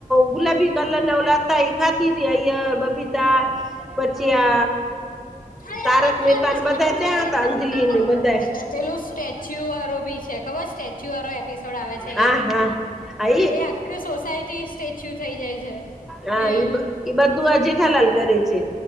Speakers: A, in the centre; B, on the left (about 70°).
A: ગુલાબી કલર ના ઓલા હતા ઈ. થતીતી આઇએર, બબીતા પછી આ
B: <unintelligible>
A: તારક મહેતા ને બધા ત્યાં હતા અંજલિ ને બધા
B: પેલું સ્ટેચ્યુ વાળો ભી છે. ખબર સ્ટેચ્યુ વાળો એપિસોડ આવે છે,
A: હા
B: એક
A: હા હા
B: એ આખી સોસાયટી સ્ટેચ્યુ થઇ જાય છે.
A: હા
B: હમ
A: એ એ બધું આ જેઠાલાલ કરે છે.